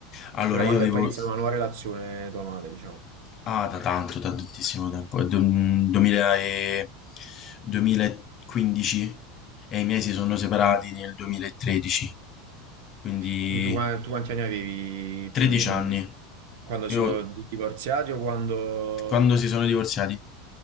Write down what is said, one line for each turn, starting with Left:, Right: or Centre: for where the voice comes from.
Left: Allora,
Right: cioè da quanto
Left: io avevo...
Right: tempo è iniziata una nuova relazione tua madre, diciamo?
Left: Ah, da tanto, da tantissimo tempo, è du- 2000 e- 2015 e i miei si sono separati nel 2013, quindi
Right: Quindi tu, qua- tu quanti anni avevi
Left: 13
Right: più o meno
Left: anni.
Right: quando, quando
Left: Io,
Right: sono di- divorziati o quando...
Left: quando si sono divorziati,